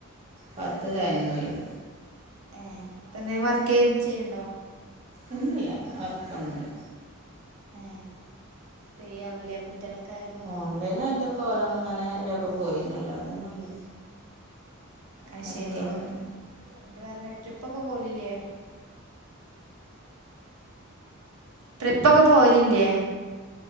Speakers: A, on the right (about 30°); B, on the right (about 75°).
A: പത്ത് കഴിഞ്ഞ് പോയില.
B: ഏ. പ്പന്തേൽ വർക്ക് ചെയ് ചെയ്യ്ണ്ടോ?
A: ഇല്ലല്ല. അർക്കൊന്നുല്ല.
B: ഏ. ഫ്രീ ആവുലേ. അ <unintelligible> ട്ട്യോളക്കായതും
A: ഓൺലൈന് ആയിട്ടൊക്കെ ഓരോന്ന അങ്ങനെ ലൊക്കെ പോയിന്നല്ലാതൊന്നുല്ല.
B: അയ്
A: വർക്കുകളൊന്നും
B: ശെരി. ഇത് വരായി ട്രിപ്പ് ഒക്കെ പോലില്ലേ? ട്രിപ്പ് ഒക്കെ പോകലില്ലേ?